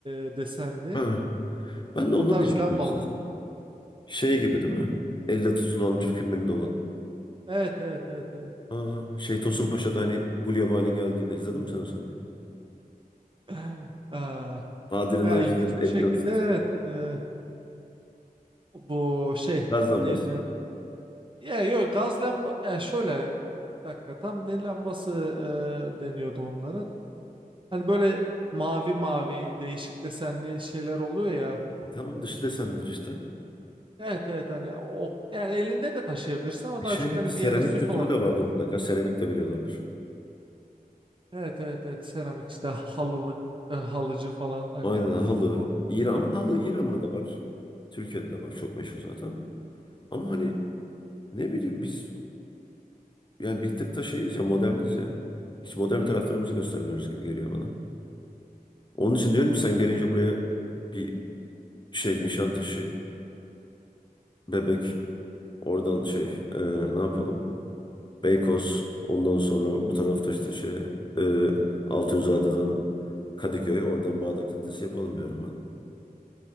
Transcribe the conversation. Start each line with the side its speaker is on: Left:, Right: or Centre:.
Right: e, desenli
Left: Ha. Ben de ondan
Right: o tarz
Left: diyecektim
Right: lambalar.
Left: size. Şey gibi değil mi? Elde tutulan Türk filmlerinde olan.
Right: Evet evet evet evet.
Left: Aa, şey Tosun Paşa'da hani Gulyabani geldiğinde izledin mi sen o sahneyi?
Right: <laughs> Aa,
Left: Adilini
Right: ya
Left: açtın,
Right: ilginç
Left: eline
Right: bir şekilde
Left: tuttun.
Right: evet, e, bu şey
Left: Gaz lambası.
Right: ne denir? Ya yok gaz lamba ya şöyle bir dakika tam ne lambası e, deniyordu onlara. Hani böyle mavi mavi değişik desenli şeyler oluyor ya.
Left: E Tamam dışı desendir işte.
Right: Evet evet hani o yani elinde de taşıyabilirsin ama
Left: E
Right: daha
Left: Şey,
Right: çok hani
Left: seramik
Right: bir yere süs
Left: kültürü
Right: olarak
Left: de vardır
Right: koyuyorsun.
Left: mutlaka. Seramik de biliyorlardır.
Right: Evet evet evet seramik işte halılık e, halıcı falan hani
Left: Aynen halı.
Right: bu
Left: İran,
Right: ya,
Left: ama halı İran'da da var. Türkiye'de de var. Çok meşhur zaten. Ama hani ne bileyim biz yani bir tık da şeyiz ya moderniz ya. Hiç modern taraflarımızı göstermiyoruz gibi geliyor bana. Onun için diyorum ki sen gelince buraya bir şey Nişantaşı, Bebek oradan şey e, ne yapalım? Beykoz. Ondan sonra bu tarafta işte şey e, Altunzade'den Kadıköy. Oradan Bağdat Caddesi yapalım diyorum ben.